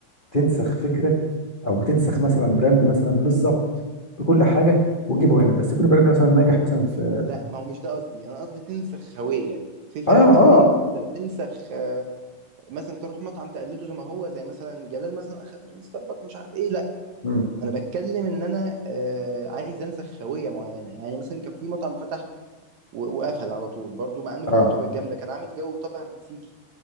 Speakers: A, on the left (about 40°); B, on the right (about 65°).
A: تنسخ فكره او تنسخ مثلا براند مثلا بالظبط بكل حاجه وتجيبه هنا بس يكون براند مثلا ناجح مثلا في
B: لا ما هو مش ده قصدي انا قصدي تنسخ هوية في فرق
A: اه اه
B: بين ان
A: آه.
B: انت تنسخ آه، مثلا تروح مطعم تقلده زي ما هو زي مثلا جلال مثلا اخد من ستاربكس مش عارف ايه لا
A: مم.
B: انا بتكلم ان انا آه، عايز انسخ هوية معينة يعني مثلا كان في مطعم فتح و- وقفل على طول برضو مع انه
A: اه
B: فكرته كانت جامدة كان عامل جو طابع مكسيكي